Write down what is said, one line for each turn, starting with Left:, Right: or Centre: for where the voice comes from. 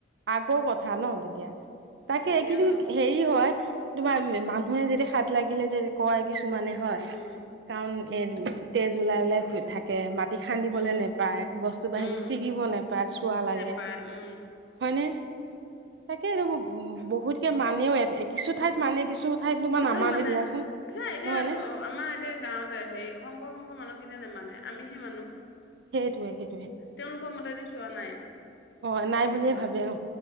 Right: আগৰ কথা ন তেতিয়া, তাকে
Left: কিন্তু এতিয়া
Right: কিন্তু
Left: জানো
Right: হেৰি হয় তোমাৰ মানুহে যেতিয়া সাত লাগিলে যে কয় মানে হয়,
Left: উম
Right: কাৰণ এই তেজ ওলাই ওলাই থাকে, মা ৰাতি খান্দিবলৈ
Left: উম
Right: নেপায়, বস্তু-বাহিনি
Left: উম
Right: ছিগিব নেপায়, চুৱা লাগে।
Left: নেপায় উম
Right: হয়নে, তাকে আৰু বহুতে মানেও, কিছু ঠাইত মানে, কিছু ঠাইত তোমাৰ
Left: কিছু
Right: নামানে
Left: ঠাইত মানে,
Right: দিয়াচোন
Left: সেই এতিয়া-আমাৰ
Right: নহয়নে
Left: এতিয়া গাঁৱতে হেৰি শংকৰ শংঘৰ মানুহ খিনিয়ে নামানে, আমিহে মানো।
Right: সেইটোৱে সেই
Left: তেওঁলোকৰ মতেদি চোৱা নাই
Right: অ নাই
Left: কি
Right: বুলিয়ে
Left: চোৱা
Right: ভাবে অ